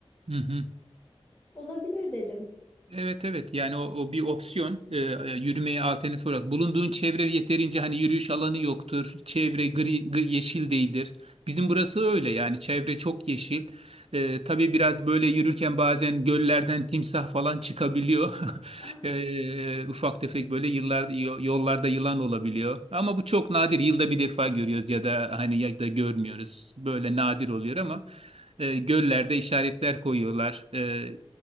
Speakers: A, on the right; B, on the left.
A: Hı hı.
B: olabilir dedim.
A: Evet evet yani o, o bir opsiyon Ee, yürümeye alternatif olarak bulunduğun çevre yeterince hani yürüyüş alanı yoktur çevre gri, gri- yeşil değildir bizim burası öyle yani çevre çok yeşil Ee, tabii biraz böyle yürürken bazen göllerden timsah falan çıkabiliyor <laughs>
B: Ah
A: Ee, ufak tefek böyle yıllar yo- yollarda yılan olabiliyor ama bu çok nadir yılda bir defa görüyoruz ya da hani ya da görmüyoruz böyle nadir oluyor ama e, göllerde işaretler koyuyorlar E,